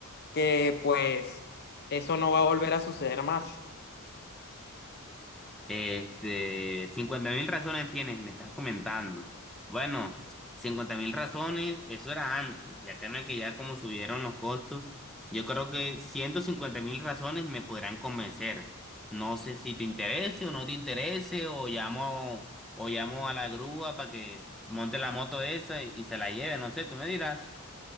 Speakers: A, on the left; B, in the centre.
A: que pues eso no va a volver a suceder más.
B: Este, 50 mil razones tienes, me estás comentando. Bueno, cincuenta mil razones, eso era antes, ya que no es que ya como subieron los costos, yo creo que ciento cincuenta mil razones me podrán convencer. No sé si te interese o no te interese, o llamo, o llamo a la grúa para que monte la moto esa y, y se la lleve, no sé, tú me dirás.